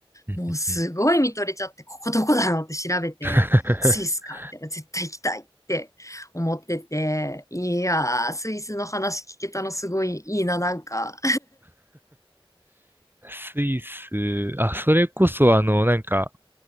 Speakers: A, on the right; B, on the left.
A: うんうんうん。
B: もうすごい見とれちゃって、ここどこだろうって調べて、
A: <laughs>
B: スイスかみたいな、絶対行きたいって思ってて、いやー、スイスの話聞けたのすごいいいな、なんか。
A: スイス、あ、それこそ、あの、なんか、